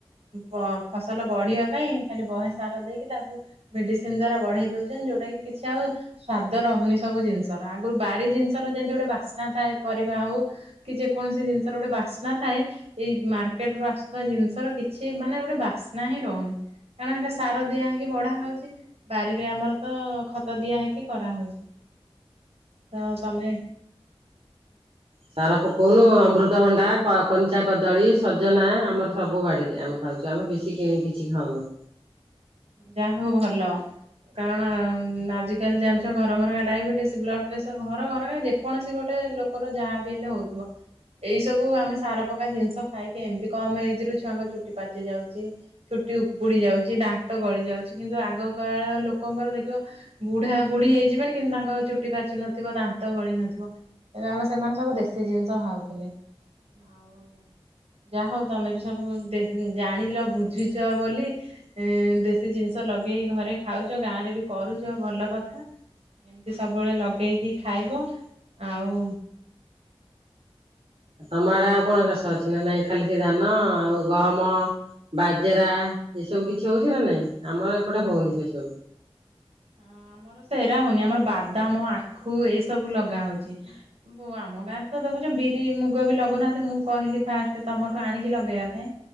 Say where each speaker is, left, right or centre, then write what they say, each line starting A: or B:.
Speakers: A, on the right; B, on the right.
A: ପ ଫସଲ ବଢିବା ପାଇଁ ଖାଲି ବହେ ସାର ଦେଇକି ତାକୁ ମେଡିସିନ ଦ୍ଵାରା ବଢେଇ ଦଉଛନ୍ ଯୋଉଟା କି କିଛି ଆଉ ସ୍ଵାଦ ରହୁନି ସବୁ ଜିନିଷର ଆଗୁରୁ ବାରି ଜିନିଷର ଯେମିତି ଗୋଟେ ବାସ୍ନା ଥାଏ ପରିବା ହଉ କି ଯେକୌଣସି ଜିନିଷ ର ଗୋଟେ ବାସ୍ନା ଥାଏ ଏଇ ମାର୍କେଟ ରୁ ଆସୁ ଥିବା ଜିନଷର କିଛି ମାନେ ଗୋଟେ ବାସ୍ନା ହିଁ ରହୁନି। କାରଣ ହେଟା ସାର ଦିଆହେଇକି ବଢା ହଉଚି ବାରିରେ ଆମର ତ ଖତ ଦିଆ ହେଇକି କରାହଉଚି। ହଁ ତମେ
B: ସାର ପକଉନୁ ଅମୃତଭଣ୍ଡା କ କଞ୍ଚା କଦଳୀ ସଜନା ଆମର ସବୁ ବାଡିରେ ଆମେ ଖାଉଚୁ ଆମେ ବେଶୀ କିଣିକି କିଛି ଖାଉନୁ।
A: ଯା ହଉ ଭଲ। କାରଣ ଆଜି କାଲି ଜାନଚ ଘର ଘରକା ଡାଇବେଟିସ୍ ବ୍ଲଡ ପ୍ରେସର ଘର ଘରକା ଯେ କୌଣସି ଗୋଟେ ଲୋକର ଯାହା ବି ହେଲେ ହଉଥିବ। ଏଇ ସବୁ ଆମେ ସାର ପକା ଜିନିଷ ଖାଇକି ଏମତି କମ ଏଜ ରୁ ଛୁଆଙ୍କ ଚୁଟି ପାଚି ଯାଉଚି। ଚୁଟି ଉପୁଡି ଯାଉଚି ଦାନ୍ତ ଗଳି ଯାଉଛି କିନ୍ତୁ ଆଗକାଳ ଲୋକଙ୍କର ଦେଖିବ ବୁଢା ବୁଢୀ ହେଇଯିବେଣି କିନ୍ତୁ ତାଙ୍କ ଚୁଟି ପାଚୁ ନଥିବ ଦାନ୍ତ ଗଳି ନଥିବ। ଏ କାରଣ ସେମାନେ ସବୁ ଦେଶୀ ଜିନିଷ ଖାଉଥିଲେ ଆଉ। ଯାହା ହୋଉ ତମେ ବି ସବୁ ଜାଣିଲ ବୁଝିଚ ବୋଲି ଇଁ ଦେଶୀ ଜିନିଷ ଲଗେଇ ଘରେ ଖାଉଚ ଗାଁରେ ବି କରୁଚ ଭଲ କଥା। ଏମିତି ସବୁବେଳେ ଲଗେଇକି ଖାଇବ ଆଉ।
B: ତମଆଡେ ଆଉ କଣ ଚାଷ ଅଛି ନା ନାଇଁ ଖାଲି ସେଇ ଧାନ ଆଉ ଗହମ। ବାଜେରା ଏସବୁ କିଛି ହଉଛି ନା ନାଇଁ ଆମର ଏପଟେ ହୋଉ ନି ସେ ସବୁ।
A: ହଁ ଆମର ସେରା ହୋଉନି ଆମର ବାଦାମ ଆଖୁ ଏଇ ସବୁ ଲଗା ହଉଚି। ବୋ ଆମ ଗାଁରେ ତ ଦେଖୁଚ ବିରି ମୁଗ ବି ଲଗୁଉନାହାନ୍ତି ମୁଁ କହିଲି ଫାଷ୍ଟ ତମଠୁ ଆଣିକି ଲଗେଇବା ପାଇଁ।